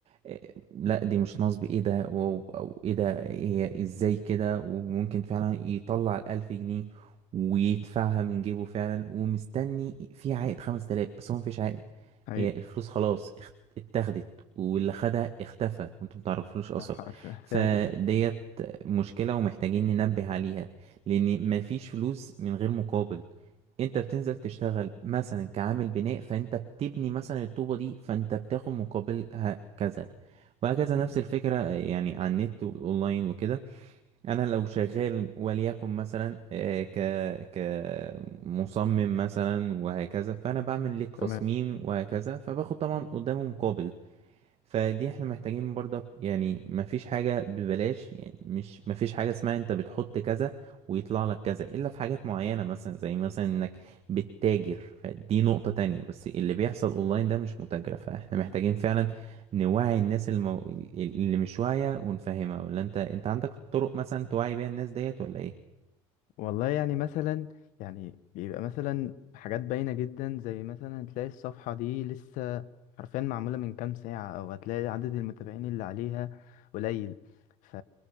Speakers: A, on the right (about 45°); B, on the left (about 65°).
A: آه، لا دي مش نصب ايه ده واو، او ايه ده هي ازاي كده وممكن فعلا يطلع الالف جنيه ويدفعها من جيبه فعلا ومستني في عائد 5000 بس هو مفيش عائد
B: حقيقي
A: هي الفلوس خلاص اخت- اتاخدت واللي خدها اختفى وانتم متعرفلوش اثر
B: <laughs> أيوة،
A: فديت
B: فعلا
A: مشكلة ومحتاجين ننبه عليها لان مفيش فلوس من غير مقابل انت بتنزل تشتغل مثلا كعامل بناء فانت بتبني مثلا الطوبة دي فانت بتاخد مقابلها كذا وهكذا نفس الفكرة يعني على النت والأونلاين وكده أنا لو شغال وليكن مثلا آه، ك كمصمم مثلا وهكذا فأنا بعمل لك تصميم
B: تمام
A: وهكذا فباخد طبعا قدامه مقابل فدي احنا محتاجين برضك يعني مفيش حاجة ببلاش يعني مش مفيش حاجة اسمها انت بتحط كذا ويطلع لك كذا الا في حاجات معينة مثلا زي مثلا انك بتتاجر فدي نقطة تانية بس اللي بيحصل اونلاين ده مش متاجرة فاحنا محتاجين فعلا نوعي الناس المو... اللي مش واعية ونفهمها ولا انت انت عندك طرق مثلا توعي بيها الناس ديت ولا ايه؟
B: والله يعني مثلا يعني بيبقى مثلا حاجات باينة جدا زي مثلا تلاقي الصفحة دي لسه حرفيا معمولة من كام ساعة أو هتلاقي عدد المتابعين اللي عليها قليل ف